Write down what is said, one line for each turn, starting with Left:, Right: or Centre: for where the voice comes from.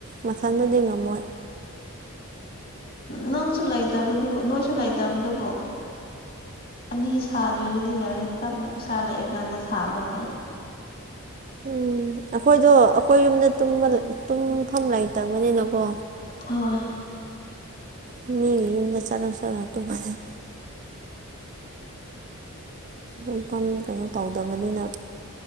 Right: ꯃꯊꯟꯗꯗꯤ ꯉꯝꯃꯣꯏ
Left: ꯅꯪꯁꯨ ꯂꯩꯇꯕꯗꯨꯕꯨ ꯅꯣꯏꯁꯨ ꯂꯩꯇꯕꯗꯨꯕꯨ ꯑꯅꯤ ꯁꯥꯕꯤꯔꯗꯤ ꯌꯥꯔꯦ ꯇꯞꯅ ꯄꯩꯁꯥ ꯂꯥꯛꯑꯦ ꯀꯥꯟꯗ ꯁꯥꯕꯅ ꯐꯩ
Right: ꯎꯝ ꯑꯩꯈꯣꯏꯗꯣ ꯑꯩꯈꯣꯏ ꯌꯨꯝꯗ ꯇꯨꯝꯐꯝ ꯂꯩꯇꯕꯅꯤꯅꯀꯣ
Left: ꯑ <unintelligible> <inaudible>
Right: ꯃꯤꯒꯤ ꯌꯨꯝꯗ ꯆꯠꯂ ꯆꯠꯂꯒꯥ ꯇꯨꯝꯕꯅꯦ ꯇꯨꯝꯐꯝ ꯀꯩꯅꯣ ꯇꯧꯗꯕꯅꯤꯅ